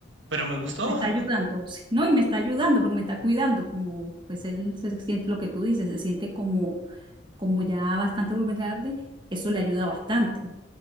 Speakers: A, on the right; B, on the right.
A: pero me gustó.
B: me está
A: <laughs>
B: ayudando, sí, ¿no? Y me está ayudando porque me está cuidando, como pues él se siente lo que tú dices, se siente como, como ya bastante vulnerable. Eso le ayuda bastante.